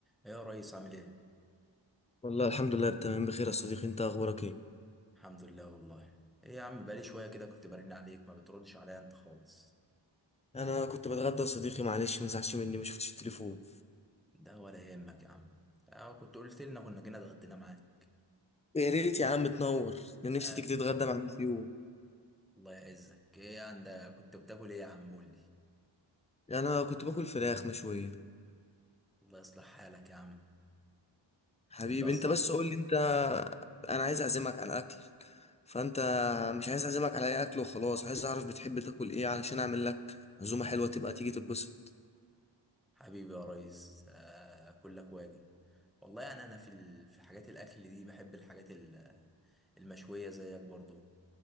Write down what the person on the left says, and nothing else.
والله الحمد لله تمام بخير يا صديقي انت اخبارك ايه
انا كنت بتغدى يا صديقي معلش ما تزعلش مني ما شفتش التليفون
يا ريت يا عم تنور ده نفسي
تيجي تتغدى معايا في يوم
يعني انا كنت باكل فراخ مشويه
حبيبي
انت بس قول لي انت انا عايز اعزمك على اكل فانت مش عايز اعزمك على اي اكل وخلاص عايز اعرف بتحب تاكل ايه علشان اعمل لك عزومه حلوه تبقى تيجي تتبسط